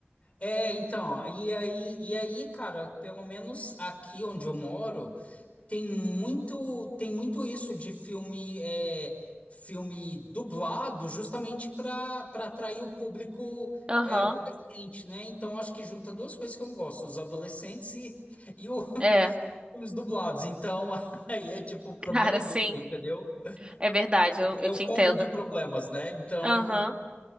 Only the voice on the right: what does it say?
Aham.
É,
cara,
sim.
É verdade, eu, eu
te entendo.
Aham,